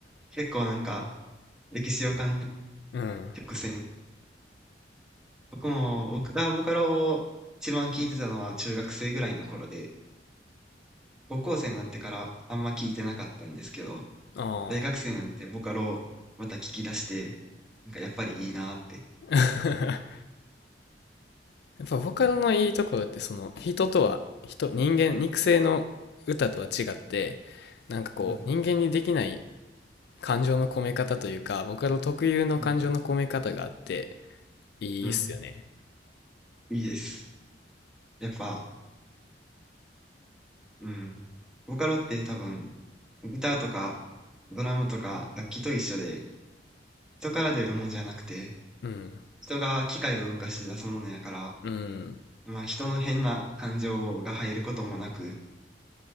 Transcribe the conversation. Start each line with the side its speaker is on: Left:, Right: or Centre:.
Centre: 結構なんか、歴史を感じる
Left: うん。
Centre: 曲線。僕も、僕がボカロを一番聞いてたのは中学生ぐらいの頃で、高校生になってからあんま聞いてなかったんですけど、
Left: ああ。
Centre: 大学生になってボカロをまた聞き出して、なんかやっぱりいいなーって。
Left: <laughs> やっぱボカロのいいところってその人とは人、人間、肉声の歌とは違って、なんかこう人間にできない
Centre: うん、
Left: 感情の込め方というか、ボカロ特有の感情の込め方があって
Centre: うん、
Left: いいっすよね。
Centre: うん、いいです。やっぱ、うん。ボカロって多分、ギターとか、ドラムとか、楽器と一緒で、人から出るもんじゃなくて、
Left: うん。
Centre: 人が機械を動かして出すものやから、
Left: うん。
Centre: まあ人の変な感情が入ることもなく、